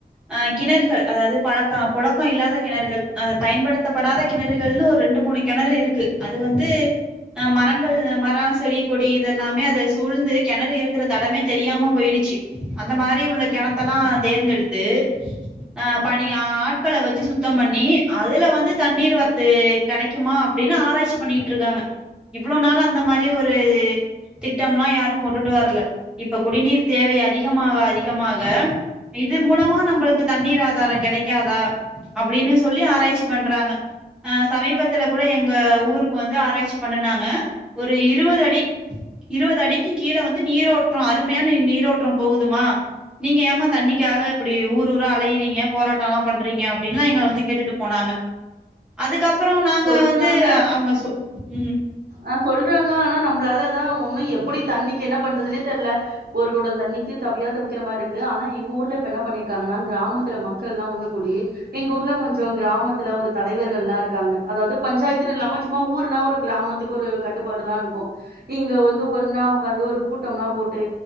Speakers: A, in the centre; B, on the right.
A: ஆ கிணறுகள் அதாவது பழக்கம் புழக்க இல்லாத கிணறுகள் அது பயன்படுத்தப்படாத கிணறுகள்ன்னு ஒரு ரெண்டு மூணு கிணறு இருக் க்கு அது வந்து மரங்கள் மரோ செடி கொடி இத எல்லாமே அத சூழ்ந்து கிணறு இருக்கிற தடமே தெரியாம போயிடிச்சி அந்த மாரி உள்ள கிண த்தெல்லா தேர்ந்தெடுத்து அ பனி ஆட்கள வச்சி சுத்தம் பண்ணி அதுல வந்து தண்ணீர் வரத்து கிடைக்குமா அப்பிடின் ஆராய்ச்சி பண்ணிட்டு இருக்காங்க இவ்ளோ நாள் அந்த மாரி ஒரு திட்டம்லா யாரு கொண்டுட்டு வரல இப்ப குடிநீர் தேவை அதிகமாக அதிகமாக இது மூலமா நம்மளுக்கு தண்ணீர் ஆதாரோ கெடைக்காதா அப்பிடின் சொல்லி ஆராய்ச்சி பண்றாங்க ஆ சமீபத்துல கூட எங்க ஊருக் ப்பு வந்து ஆராய்ச்சி பண்ணனாங்க ஒரு இருவது அடி இருவது அடிக்கு கீழ வந்து நீரோற்ற அருமையான நீரோற்றம் போகுதுமா நீங்க ஏமா தண்ணிக்காக இப்பிடி ஊர் ஊரா அலையறீங்க போராட்டல்லா பண்றீங்க அப்பிடின்லா எங்கள வந்து கேட்டுட்டு போனாங்க அதுக்கப் ப்புறோ நாங்க
B: சொல்றாங்க
A: வந்து அவுங்க சு ம்
B: ஆ சொல்றாங்க ஆனா நம்மளாலதா ஒன்னு எப்பிடி தண்ணிக்கு என்ன பண்றதுனே தெரியல ஒரு கொடோ தண்ணிக்கு தவியா தவிக்கிற மாரி இருக்கு ஆனா எங்க ஊர்ல இப்ப என்ன பண்ணிருக்காங்கன்னா கிராமத்துல மக்கள்லா ஒன்னு கூடி எங்க ஊர்ல கொஞ்சோ கிராமத்துல ஒரு தலைவர்கள் எல்லா இருக்காங்க அதாவது பஞ்சாயத்துன்னு இல்லாம சும்மா ஊருன்னா ஒரு கிராம த்துக்கு ஒரு கட்டுப்பாடுல்லா இருக்கு இங்க வந்து ஒன்னா உட்காந்து ஒரு கூட்டம்ல்லா போட்டு